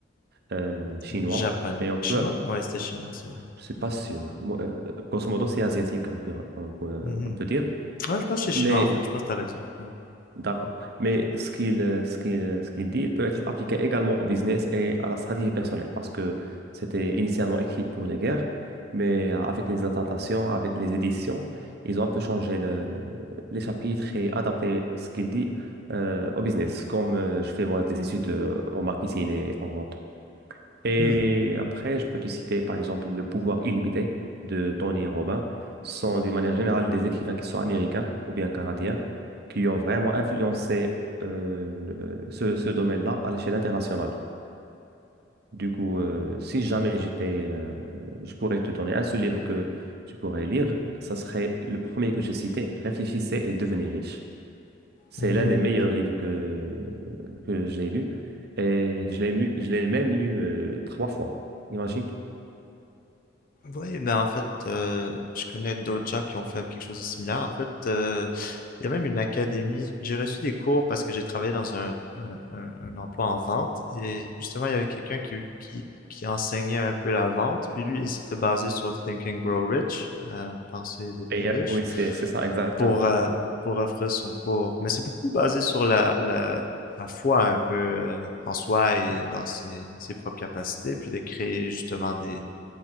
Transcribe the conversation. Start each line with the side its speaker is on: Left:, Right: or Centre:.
Right: euh, euh, chinois.
Left: mhm. Japonais.
Right: mais on peut,
Left: Chinois? Ouais, c'était chinois, c'est vrai.
Right: je ne suis pas
Left: Ouais.
Right: sûr. Moi, euh, grosso modo, c'est asiatique, on peut, on peut,
Left: Mhm.
Right: on peut dire.
Left: Ouais, je pense que c'est chinois
Right: Mais
Left: en fait, je pense que t'as raison. Ouais.
Right: D'accord. Mais ce qu'il euh, ce qu'il, euh, ce qu'il dit, il peut être appliqué également au business et à la stratégie personnelle parce que c'était initialement écrit pour les guerres, mais euh, avec les adaptations, avec les éditions, ils ont un peu changé le- le- les chapitres et adapté ce qu'il dit euh, au business, comme euh, je fais moi des études euh, en marketing et en vente. Et
Left: Hmm.
Right: après, je peux te citer par exemple Le pouvoir illimité de Tony Robbins. Ce sont d'une manière générale des écrivains qui sont américains ou bien canadiens qui ont vraiment influencé euh, le- ce, ce domaine-là à l'échelle internationale. Du coup, euh, si jamais j'étais, euh, je pourrais te donner un seul livre que tu pourrais lire, ça serait le premier que j'ai cité, Réfléchissez et devenez riche. C'est
Left: Mhm.
Right: l'un des meilleurs livres que, que j'ai lu et je l'ai mu- je l'ai même lu euh, trois fois. Imagine.
Left: Oui, ben en fait, euh, je connais d'autres gens qui ont fait quelque chose de similaire. En fait, euh, il y a même une académie. J'ai reçu des cours parce que j'ai travaillé dans un, un, un- un emploi en vente et justement, il y avait quelqu'un qui, qui, qui enseignait un peu la vente. Puis lui, il s'était basé sur Think and Grow Rich, euh, penser et devenir
Right: Et, euh,
Left: riche,
Right: oui, c'est c'est ça, exactement.
Left: pour, euh, pour offrir son cours. Mais c'est beaucoup basé sur la, la, la foi un peu euh, en soi et dans ses, ses propres capacités, puis de créer justement des